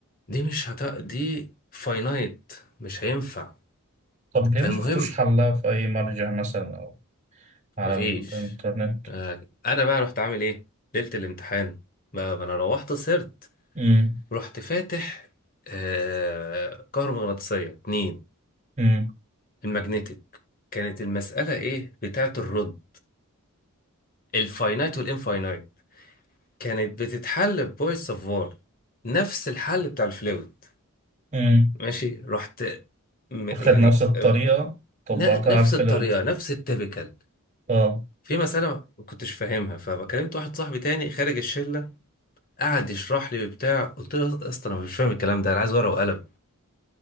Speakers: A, on the left; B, on the right.
A: دي مش هت... دي فاينايت مش هينفع
B: طب ليه
A: فالمهم
B: ما شفتوش حلها في أي مرجع مثلا أو على
A: مفيش
B: الإنترنت؟
A: آه، انا بقى رحت عامل ايه ليله الامتحان بقى ما انا روحت سهرت
B: مم.
A: رحت فاتح آه كهرومغناطيسيه اتنين
B: مم.
A: الماجنتيك كانت المساله ايه بتاعه الرد الفاينايت والانفاينايت كانت بتتحل ببويس سافار نفس الحل بتاع الفلويد
B: مم.
A: ماشي رحت م-
B: واخد
A: يعني
B: نفس الطريقة
A: آه،
B: طبقتها
A: ن- نفس
B: على الفلود
A: الطريقه نفس التبكال
B: اه
A: في مسألة ما كنتش فاهمها فكلمت واحد صاحبي تاني خارج الشلة قعد يشرح لي وبتاع قلت له يا اسطى انا مش فاهم الكلام ده انا عايز ورقه وقلم